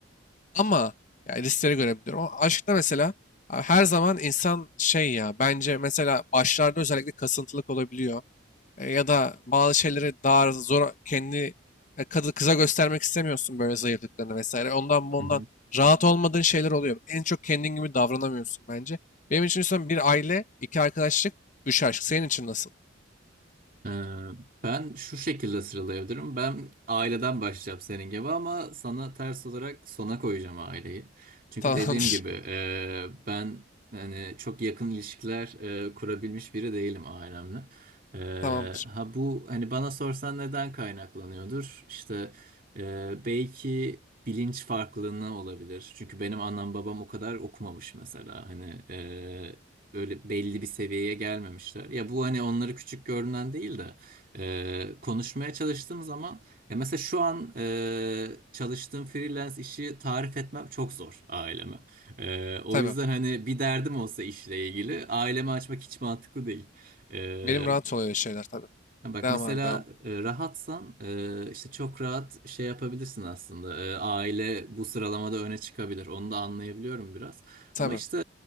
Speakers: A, on the left (about 40°); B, on the right (about 45°).
A: Ama yani riskleri görebiliyorum. Ama aşkta mesela abi her zaman insan şey ya bence mesela başlarda özellikle kasıntılık olabiliyor. E, ya da bazı şeyleri daha zor kendi e, kadı kıza göstermek istemiyorsun böyle zayıflıklarını vesaire. Ondan bundan
B: Hı hı.
A: rahat olmadığın şeyler oluyor. En çok kendin gibi davranamıyorsun bence. Benim için sen bir aile, iki arkadaşlık, üç aşk. Senin için nasıl?
B: Ee, Ben şu şekilde sıralayabilirim. Ben aileden başlayacağım senin gibi ama sana ters olarak sona koyacağım aileyi. Çünkü
A: <laughs>
B: dediğim gibi
A: Tamamdır.
B: e, ben hani çok yakın ilişkiler e, kurabilmiş biri değilim ailemle. E,
A: Tamamdır.
B: ha bu hani bana sorsan neden kaynaklanıyordur? İşte e, belki bilinç farklılığı olabilir. Çünkü benim annem babam o kadar okumamış mesela. Hani e, öyle belli bir seviyeye gelmemişler. Ya bu hani onları küçük görünen değil de e, konuşmaya çalıştığım zaman ya mesela şu an e, çalıştığım freelance işi tarif etmem çok zor aileme. E, o
A: Tabii.
B: yüzden hani bir derdim olsa işle ilgili aileme açmak hiç mantıklı değil. E,
A: Benim rahat oluyor şeyler tabii.
B: Ha Bak
A: Devam
B: mesela
A: abi devam.
B: e, rahatsan e, işte çok rahat şey yapabilirsin aslında. E, aile bu sıralamada öne çıkabilir. Onu da anlayabiliyorum biraz.
A: Tabii.
B: Ama işte